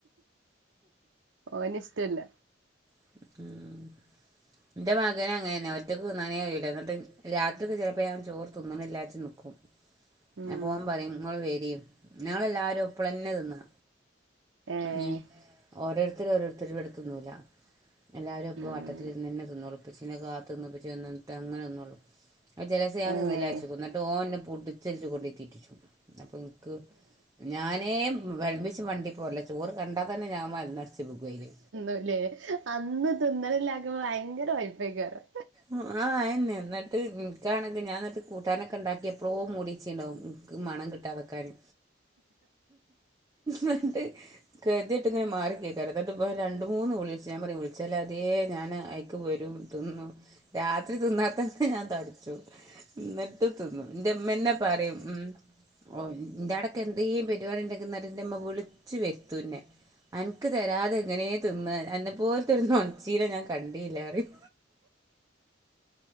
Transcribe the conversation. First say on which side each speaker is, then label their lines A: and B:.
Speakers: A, on the right; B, on the right.
A: ഓന് ഷ്ടല്ല.
B: ഉം ൻ്റെ മകേ അങ്ങനേന്ന ഒറ്റയ്ക്ക് തിന്നാനേ കയൂല ന്നിട്ട് രത്രിക്ക് ചെലപ്പോ അവൻ ചോറ് തിന്നണില്ലാച്ച് നിക്കും
A: ഉം
B: അപ്പോ ൻ പറിം ങ്ങള് വെരി ഞങ്ങളെല്ലാരും ഒപ്പളെന്നെ തിന്നാ.
A: ഏഹ്
B: ഉം ഓരോര്ത്തര് ഓരോര്ത്തര് ഇവടെ തിന്നുല്ല. എല്ലാരൊപ്പം
A: ഉം
B: വട്ടത്തിലിര്ന്നെന്നെ തിന്നോള്ളൂ പ്പച്ചിനെ കാത്ത്ന്ന് പ്പച്ചി വന്ന്ട്ടങ്ങനെ തിന്നൊള്ളു. അയ് ചെലേസം ഞാൻ
A: ഏഹ്
B: തിന്നില്ലചക്കും ന്നട്ട് ഓൻ ന്നെ പുടിച്ചല്ച്ച് കൊണ്ടേയ് തീറ്റിച്ചും അപ്പ ഇൻക്ക് ഞാനേ വെൾമ്പ്യച്ച് വണ്ടി പോരല്ല ചോറ് കണ്ടാ തന്നെ ഞാ മല്ന്നടിച്ച് ബിക്ക്വയ്ല്.
A: അല്ലോ അന്ന് തിന്നലല്ലാക്കുമ്പോ വയങ്കര വെശ്‌പ്പെക്കാരം.
B: ആഹ് ആയെന്നെ ന്നട്ട് ഇൻക്കാണെങ്കി ഞാ ന്നട്ട് കൂട്ടാനൊക്കെ ണ്ടാക്കിഎപ്പളോ മൂട്യെച്ച്ണ്ടാകും ഇൻകും മാണം കി ട്ടാതക്കാന് ന്നട്ട് കേതീറ്റ് ഇങ്ങനെ മാറി കേക്കാണ് എന്നിട്ട് ഇപ്പ രണ്ട മൂന്ന് വിളിച്ച് ഞാൻ പറയും വിളിച്ചാല് അതേ ഞാന് ക്ക് വെരും തിന്നും. രാത്രി തിന്നാത്തെന്നെ ഞാൻ തടിച്ചും ന്നട്ട് തിന്നും ഇന്റെമ്മെന്നെ പറിം ഉം ഓഹ് ഇൻ്റാടെക്കെ എന്തേം പരിവാടിണ്ടാങ്കി ന്നട്ട് ന്റെമ്മ വിളിച്ച് വെര്ത്തുന്നെ അൻക്ക് തരാതെ എങ്ങനെ തിന്നാ അൻ്റെ പോൽത്തൊരു നൊൺച്ചീനെ ഞാൻ കണ്ടീല്ലാ റിം.